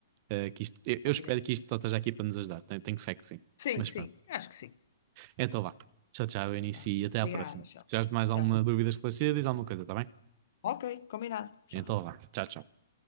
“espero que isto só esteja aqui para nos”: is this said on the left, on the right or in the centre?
Right